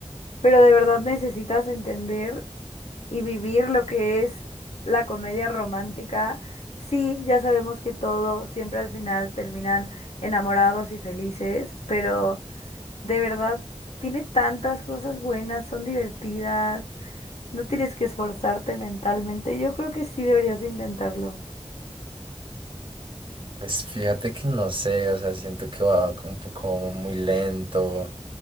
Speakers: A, on the left; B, on the right.
A: pero de verdad necesitas entender y vivir lo que es la comedia romántica. Sí, ya sabemos que todo siempre al final terminan enamorados y felices, pero de verdad tiene tantas cosas buenas, son divertidas, no tienes que esforzarte mentalmente. Yo creo que sí deberías de intentarlo.
B: Pues fíjate que no sé, o sea, siento que va como un poco muy lento,